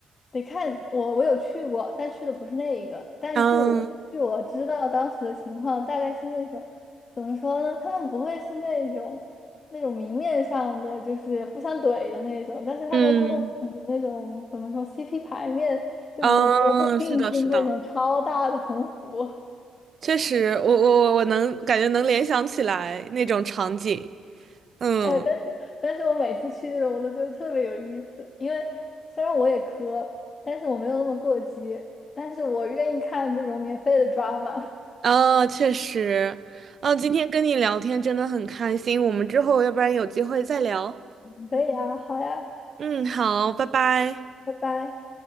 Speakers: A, on the left; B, on the right.
A: 得看我我有去过，但去的不是那一个。但据我据我知道当时的情况，
B: 嗯
A: 大概是那种怎么说呢？他们不会是那种那种明面上的就是互相怼的那种，但是他们是会比那种怎么说
B: 嗯
A: CP 排面，就比如说会定制那种超大的横幅。
B: 嗯，是的，是的，确实，我我我我能感觉能联想起来那种场景。嗯
A: <laughs> 哎，但是但是我每次去这种，我都觉得特别有意思，因为虽然我也磕，但是我没有那么过激，但是我愿意看这种免费的抓马。
B: 啊，确实，啊，今天跟你聊天真的很开心，我们之后要不然有机会再聊。
A: <laughs> 可以啊，好呀，
B: 嗯，好，拜拜。
A: 拜拜。